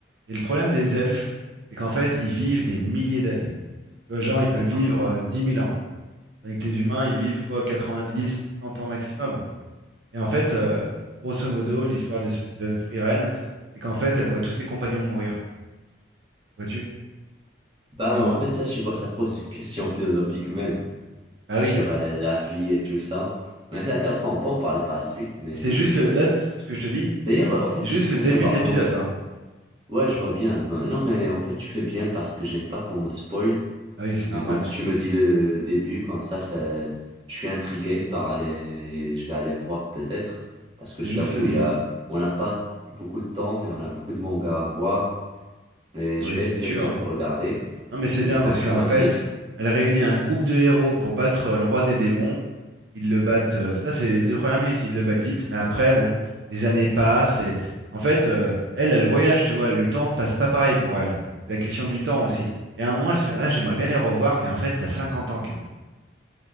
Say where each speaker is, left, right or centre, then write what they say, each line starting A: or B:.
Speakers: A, on the right; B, on the right.
A: et le problème des elfes, c'est qu'en fait, ils vivent des milliers d'années. Tu vois, genre, ils peuvent
B: D'accord,
A: vivre
B: ouais.
A: euh, 10 000 ans, tandis que les humains, ils vivent quoi, 90, 100 ans maximum. Et en fait, euh, grosso modo, l'histoire de, Sp- de Free Ren, c'est qu'en fait, elle voit tous ses compagnons mourir, vois-tu?
B: Bah
A: Et
B: ouais,
A: en-
B: en fait, ça, tu vois, ça pose une question philosophique même
A: Bah
B: sur
A: oui.
B: euh, la vie et tout ça. Mais c'est intéressant, on peut en parler par la suite, mais...
A: Et c'est juste le... là, c- ce que je te dis,
B: D'ailleurs,
A: c'est
B: en fait,
A: c'est juste
B: juste pour
A: le début
B: savoir
A: de l'épisode.
B: comment ça...
A: hein.
B: Ouais, je vois bien. Non, mais en fait, tu fais bien parce que j'aime pas qu'on me spoil
A: Ah oui, c'est normal.
B: et donc, tu me dis le début, comme ça, ça, je suis intrigué par aller, je vais aller voir peut-être, parce que
A: C'est
B: je
A: juste
B: t'avoue,
A: le début.
B: il y a, on n'a pas beaucoup de temps, mais on a beaucoup de mangas à voir, et
A: Ah
B: je
A: oui,
B: vais
A: c'est
B: essayer
A: sûr.
B: peut-être
A: hein.
B: de regarder,
A: Non, mais c'est
B: mais
A: bien parce
B: comme ça,
A: qu'en
B: ça m'intrigue.
A: fait, elle réunit un groupe de héros pour battre euh, le roi des démons. Ils le battent, euh, ça c'est les deux premières minutes, ils le battent vite, mais après, bon, les années passent et en fait, euh, elle, elle voyage, tu vois, le temps passe pas pareil pour elle. C'est la question du temps aussi. Et à un moment, elle se fait, ah, j'aimerais bien les revoir, et en fait, t'as 50 ans qui est